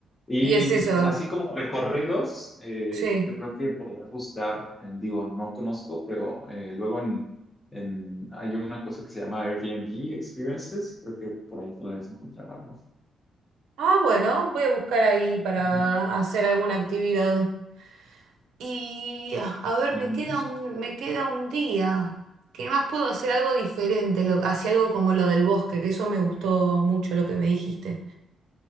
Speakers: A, on the left (about 15°); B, on the right (about 80°).
A: Y
B: Y es eso,
A: así como recorridos, eh,
B: sí.
A: yo creo que podrás buscar, eh, digo, no conozco, pero eh, luego en, en- hay una cosa que se llama Airbnb Experiences, creo que por ahí podrás encontrar algo.
B: Ah, bueno, voy a buscar ahí para
A: Ujú,
B: hacer alguna actividad. Y ah, a ver,
A: ujú.
B: me queda un, me queda un día. ¿Qué más puedo hacer algo diferente? Lo, hacia algo como lo del bosque, que eso me gustó mucho lo que me dijiste.